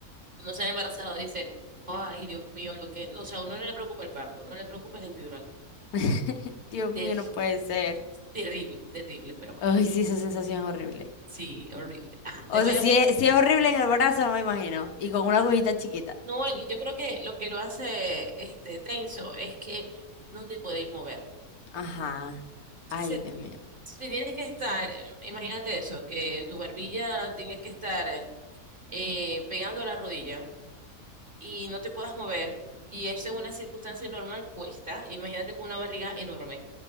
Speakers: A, on the right (about 35°); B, on the left (about 75°).
A: no se ha embarazado dice, ay, Dios mío, lo que, o sea, a uno no le preocupa el parto, no le preocupa la epidural.
B: <laughs> Dios mío,
A: Ter-
B: no puede ser.
A: terrible, terrible, pero bueno,
B: Ay, sí, esa sensación es horrible.
A: sí, horrible. Ajá,
B: O
A: te voy
B: sea,
A: a,
B: si es, si es horrible en el brazo, no me imagino. Y con una agujita chiquita.
A: no, y yo creo que lo que lo hace este tenso es que no te podéis mover.
B: Ajá.
A: Se,
B: Ay, Dios mío.
A: se tiene que estar, eh, imagínate eso, que tu barbilla tiene que estar eh, pegando a la rodilla y no te puedas mover y eso en una circunstancia normal cuesta, imagínate con una barriga enorme